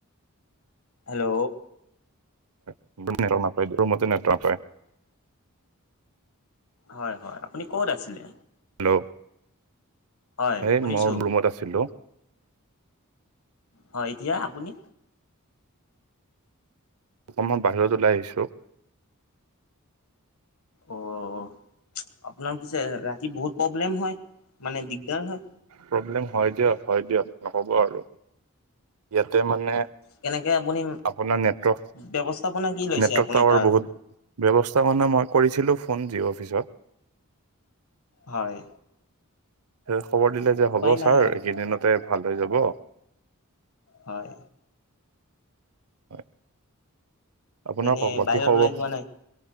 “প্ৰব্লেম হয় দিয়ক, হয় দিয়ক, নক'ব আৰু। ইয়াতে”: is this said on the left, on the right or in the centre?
Right